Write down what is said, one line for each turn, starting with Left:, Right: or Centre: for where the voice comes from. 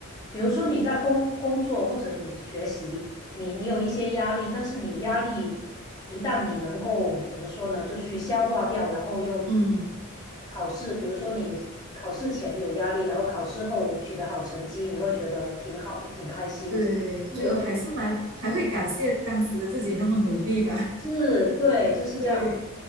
Left: 比如说你在工工作或者你学习，你你有一些压力，但是你压力一旦你能够怎么说呢，就去消化掉，然后又
Right: 嗯。
Left: 考试，比如说你考试前有压力，然后考试后取得好成绩，你会觉得挺好的，挺开心，
Right: 对，
Left: 这样子就有点
Right: 就还是蛮还会感谢当时的自己那么努力吧。
Left: 嗯。是，对，就是这样子。
Right: <laughs> 对，